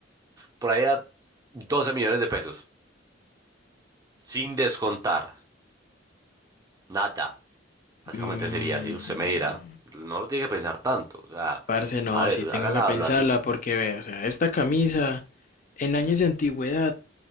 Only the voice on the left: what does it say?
Mm,
parce, no,
sí tengo
que pensarla
porque ve, o sea, esta camisa en años de antigüedad,